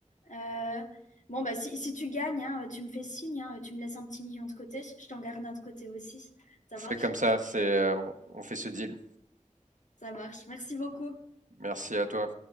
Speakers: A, on the left (about 70°); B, on the right (about 75°).
A: Euh, bon bah si, si tu gagnes, hein, tu me fais signe, hein, tu me laisses un petit million de côté, je t'en garde un de côté aussi. Ça
B: On
A: marche,
B: fait comme ça, c'est, euh, on fait ce deal.
A: ça marche. Merci beaucoup.
B: Merci à toi.